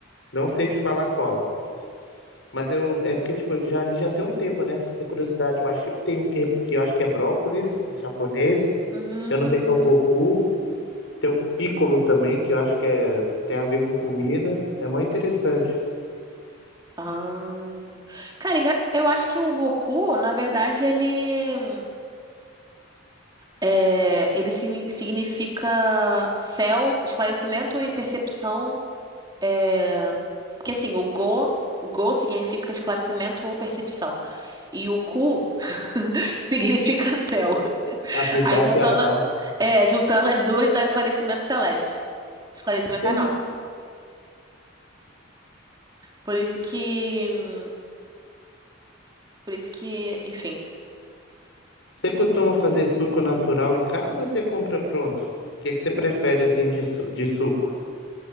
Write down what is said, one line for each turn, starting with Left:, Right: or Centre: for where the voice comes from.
Left: não sei te falar qual. Mas eu é porque tipo, eu já ali já tem um tempo né, essa curiosidade, mas tipo tem um que que eu acho que é brócolis em japonês.
Right: Hum.
Left: Eu não sei se é o Goku, tem um piccolo também, que eu acho que é tem a ver com comida. É mó interessante.
Right: Ah. Cara, engra- eu acho que o Goku, na verdade, ele. É, ele signi- significa céu, esclarecimento e percepção. É, porque assim, o Go, Go significa esclarecimento ou percepção. E o Ku <laughs> significa céu.
Left: Cavidade
Right: Aí juntando,
Left: anal.
Right: é, juntando as duas dá esclarecimento celeste. Esclarecimento
Left: Sim.
Right: anal. Por isso que. hum, Por isso que, enfim.
Left: Você costuma fazer suco natural em casa ou você compra pronto? O que que você prefere assim de, su- de suco?